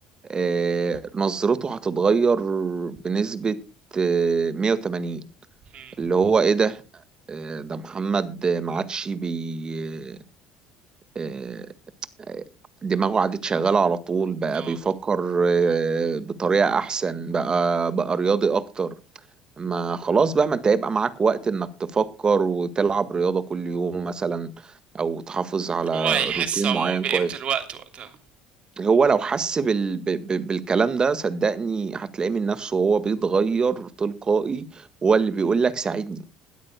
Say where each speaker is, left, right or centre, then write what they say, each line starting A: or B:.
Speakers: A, on the right (about 35°); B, on the right (about 50°).
A: إيه نظرته هتتغير بنسبة إيه 180
B: مم.
A: اللي هو إيه ده إيه ده محمد ما عادش بي آه، آه، دماغه قعدت شغالة على طول بقى
B: اه
A: بيفكر آه، بطريقة أحسن بقى بقى رياضي أكتر ما خلاص بقى ما أنت هيبقى معاك وقت إنك تفكر وتلعب رياضة كل يوم مثلا أو تحافظ على
B: هو هيحس
A: روتين
B: عموما
A: معين
B: بقيمة
A: كويس
B: الوقت وقتها
A: هو لو حس بال... ب... ب... بالكلام ده صدقني هتلاقيه من نفسه هو بيتغير تلقائي هو اللي بيقول لك ساعدني